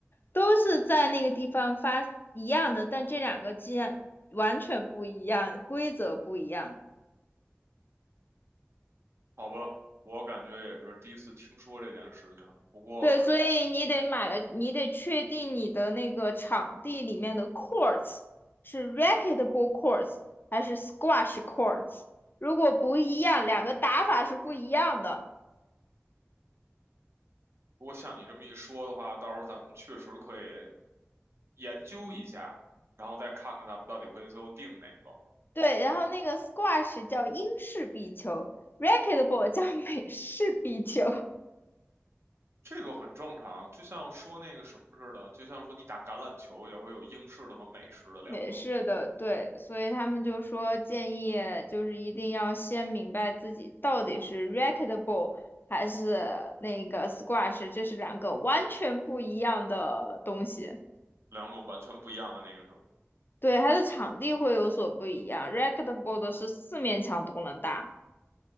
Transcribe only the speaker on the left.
都是在那个地方发一样的，但这两个既然完全不一样，规则不一样。
对，所以你得买了，你得确定你的那个场地里面的 courts 是 racquetball courts 还是 squash courts，如果不一样，两个打法是不一样的。
嗯。
对，然后那个 squash 叫英式壁球，racquetball 叫美式壁球，
<laughs> 美式的，对，所以他们就说建议就是一定要先明白自己到底是 racquetball 还是那个 squash，这是两个完全不一样的东西。
对，它的场地会有所不一样，racquetball 的是四面墙都能打